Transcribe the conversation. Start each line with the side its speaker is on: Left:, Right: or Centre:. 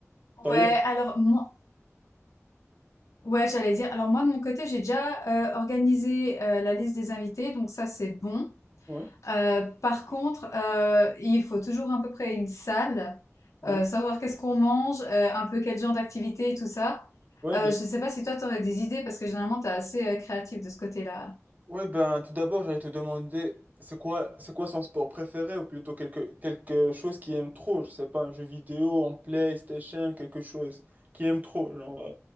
Left: Ouais,
Right: D'ailleurs,
Left: alors moi, ouais, j'allais dire. Alors moi, de mon côté, j'ai déjà euh, organisé euh, la liste des invités, donc ça, c'est bon.
Right: ouais,
Left: Euh, par contre, euh, il faut toujours à peu près une salle,
Right: ouais,
Left: euh, savoir qu'est-ce qu'on mange, euh, un peu quel genre d'activité et tout ça.
Right: ouais,
Left: Euh,
Right: bien.
Left: je sais pas si toi t'aurais des idées parce que généralement t'es assez euh, créatif de ce côté-là.
Right: Ouais, ben, tout d'abord, j'allais te demander, c'est quoi, c'est quoi son sport préféré ou plutôt quelque, quelque chose qu'il aime trop, je sais pas, un jeu vidéo, en PlayStation, quelque chose qu'il aime trop, genre euh,